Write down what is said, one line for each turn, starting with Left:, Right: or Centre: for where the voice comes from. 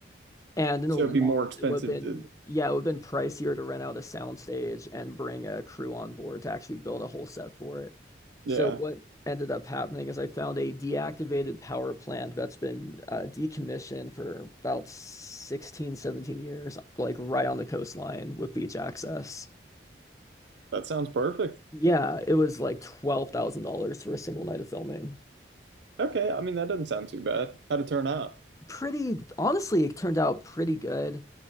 Left: And in the
Right: So
Left: long
Right: it'd be
Left: run,
Right: more expensive
Left: it would have been,
Right: to
Left: yeah, it would have been pricier to rent out a soundstage and bring a crew on board to actually build a whole set for it.
Right: yeah.
Left: So what ended up happening is I found a deactivated power plant that's been uh, decommissioned for about 16, 17 years, like right on the coastline with beach access.
Right: That sounds perfect.
Left: Yeah, it was like $12,000 for a single night of filming.
Right: Okay, I mean that doesn't sound too bad. How'd it turn out?
Left: Pretty, honestly, it turned out pretty good.